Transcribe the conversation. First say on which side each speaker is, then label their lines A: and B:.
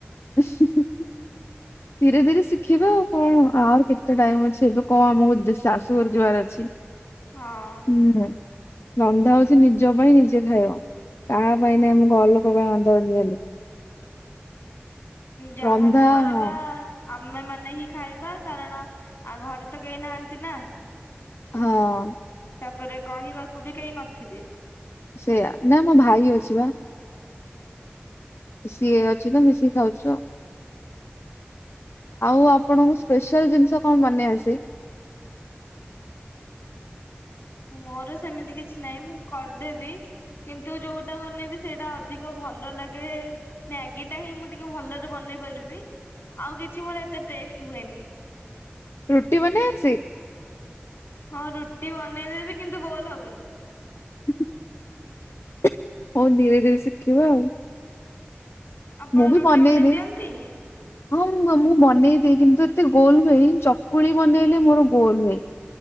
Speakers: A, on the left; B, on the left.
A: ଧୀରେ ଧୀରେ ଶିଖ୍ ଦେଖିବା ଆଉ କଣ ଆର କେତେ ଟାଇମ ଅଛି ଏବେ କଣ ଆମକୁ ଶାଶୁଘ ଯିବାର ଅଛି।
B: ହଁ।
A: ହୁଁ ରନ୍ଧା ହଉଛି ନିଜ ପାଇଁ ନିଜେ ଖାଇବ କାହା ପାଇଁ ନାଇଁ ମୁ ଘର ଲୋକ ପାଇଁ ରନ୍ଧା ହଉଛି ଖାଲି।
B: ଯାହାବି
A: ରନ୍ଧା
B: କରିବା
A: ହଁ
B: ଆମେ ମାନେ ହିଁ ଖାଇବା କାରଣ ଆ ଘରେ ତ କେହି ନାହାନ୍ତି ନା
A: ହଁ
B: ତାପରେ କହିବାକୁ ବି କେହି ନଥିବେ।
A: ସେଇୟା ନା ନା ଭାଇ ଅଛି ବା ସିଏ ଅଛି ତ ମିଶିକି ଖାଉଛୁ ଆଉ ଆଉ ଆପଣଙ୍କୁ ସ୍ପେଶାଲ ଜିନିଷ କଣ ବନେଇ ଆସେ
B: ମୋର ସେମିତି କିଛି ନାହିଁ ମୁଁ କରିଦେବି କିନ୍ତୁ ଯୋଉଟା ବନେଇବି ସେଇଟା ଅଧିକ ଭଲ ଲାଗେ ମ୍ୟାଗି ଟା ହିଁ ମୁଁ ଟିକେ ଭଲରେ ବନେଇ ପାରିବି ଆଉ କିଛି ମୋର ଏତେ ଟେଷ୍ଟ ହୁଏନି।
A: ରୁଟି ବନେଇ ଆସେ?
B: ହଁ ରୁଟି ବନେଇଦେବି କିନ୍ତୁ ଗୋଲ ହବନି।
A: ହୁଁ ହୁଁ ହଉ ଧୀରେ ଧୀରେ ଶିଖିବ ଆଉ
B: ଆପଣ
A: ମୁଁ ବି
B: ରୁଟି
A: ବନେଇଦିଏ।
B: ବନେଇ ଦିଅନ୍ତି?
A: ହଁ ମୁଁ ମୁଁ ବନେଇଦିଏ କିନ୍ତୁ ଏତେ ଗୋଲ ହୁଏନି ଚକୁଳି ବନେଇଲେ ମୋର ଗୋଲ ହୁଏ।